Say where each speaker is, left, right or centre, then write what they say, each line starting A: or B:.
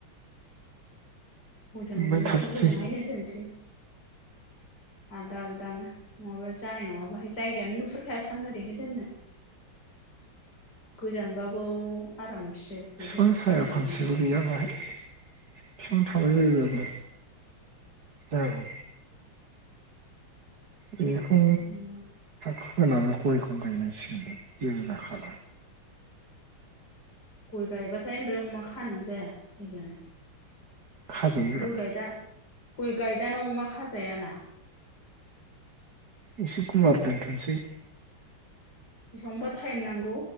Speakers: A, on the left; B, on the right.
A: हजोंनिखौ
B: ओमफ्राय थाथोंसै
A: हजोंहायनो दोनसै। आलदा आलदानो नङाबा जानाय नङा बाहाय जायगायानो नुहुरखायासै आं ओरैहाय दोननो गोजानबाबो आरामसे। ओरैहाय
B: बिफां साया
A: गोजौनो
B: फांसेबो गैया बाहाय। बिफां थांबाय जायो। औ। बेखौ।
A: उम
B: होनाङो गयखौं गायनाय फिनो जिरजाखा
A: गय गायबाथाय ओमफ्राय अमा खानो जाया जायगायानो
B: खाजोबगोरा
A: गय गायदा गय गायदानाव अमा खाजायाना।
B: एसे गुवार दोनथ'नोसै।
A: बिसिबांबा टाइम नांगौ।